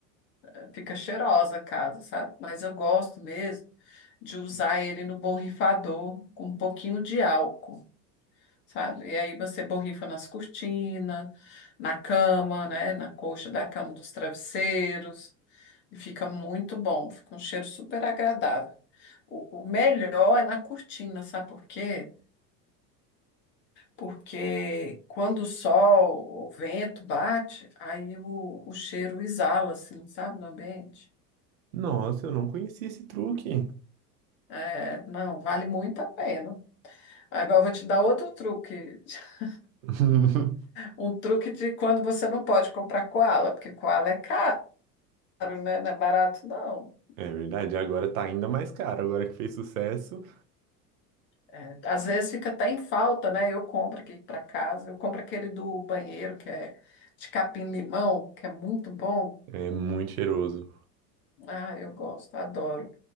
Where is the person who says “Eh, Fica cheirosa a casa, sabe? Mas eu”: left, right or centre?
Left